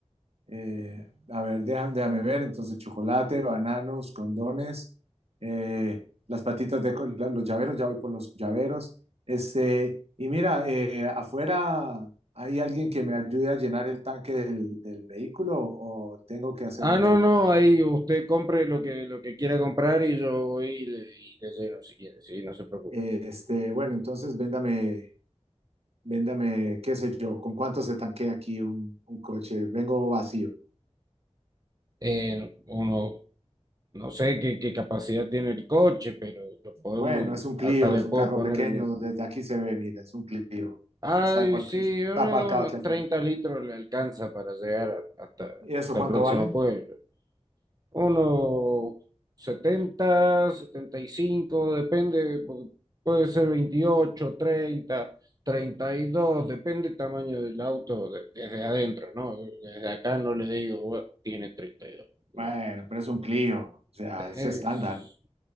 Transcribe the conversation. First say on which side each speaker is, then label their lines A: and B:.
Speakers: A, on the right; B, on the right.
A: eh, a ver, déjame, déjame ver. Entonces, chocolate, bananos, condones, eh, las patitas de co- la- los llaveros. Ya voy por los llaveros. Este, y mira, eh, afuera hay alguien que me ayude a llenar el tanque del, del vehículo o tengo que hacerlo
B: Ah, no,
A: yo.
B: no, ahí usted compre lo que, lo que quiera comprar y yo voy y le, y le lleno si quiere, sí, no se preocupe.
A: Eh, Este, bueno, entonces véndame, véndame, qué sé yo, ¿con cuánto se tanquea aquí un, un coche? Vengo vacío.
B: Eh, uno, no sé qué, qué capacidad tiene el coche, pero lo
A: Bueno,
B: podemos,
A: es un Clio,
B: hasta le
A: es
B: puedo
A: un carro
B: poner,
A: pequeño,
B: en-
A: desde aquí se ve, mira, es un Clio.
B: ay,
A: Está, apar-
B: sí,
A: está
B: unos
A: aparcado aquí al
B: 30
A: frente.
B: litros le alcanza para llegar a- hasta,
A: ¿Y eso
B: hasta
A: cuánto
B: el próximo
A: vale?
B: pueblo. Unos setenta, setenta y cinco depende, porque puede ser veintiocho treinta treinta y dos depende el tamaño del auto de- desde adentro, ¿no? Desde acá no les digo, "Bueno, tiene treinta y dos no.
A: Bueno, pero es un Clio, o sea,
B: Es-
A: es estándar.